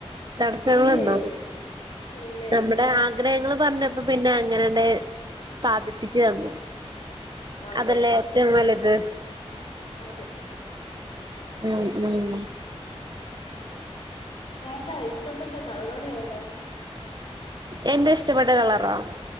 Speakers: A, on the right (about 40°); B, on the left (about 60°).
A: തടസ്സങ്ങളുണ്ടോ?
B: ഇല്ല ഇല്ല ഇല്ല
A: നമ്മുടെ
B: ഇല്ല
A: ആഗ്രഹങ്ങള് പർഞ്ഞപ്പൊ പിന്നെ അങ്ങനാണ്ട് സാധിപ്പിച്ച് തന്നു.
B: അതെ
A: അതല്ലേ
B: അതെ
A: ഏറ്റവും വലുത്.
B: അതെ
A: ഉം ഉം
B: ഏതാ ഇഷ്ടപ്പെട്ട കളറേതാ?
A: എന്റെ ഇഷ്ടപ്പെട്ട കളറോ?